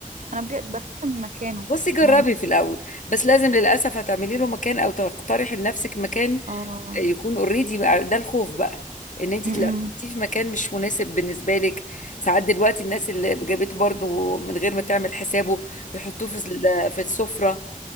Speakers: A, on the right (about 65°); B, on the left (about 65°).
A: أنا بجد بخاف من مكانه
B: بصي جربي
A: ما
B: في الاول بس لازم للاسف هتعملي له مكان او تقترحي لنفسك مكان
A: اه
B: يكون اوريدي ده الخوف بقى ان انت
A: امم
B: تلاقيه في مكان مش مناسب بالنسبه لك ساعات دلوقتي الناس اللي جابته برضو من غير ما تعمل حسابه يحطوه في ال- في السفره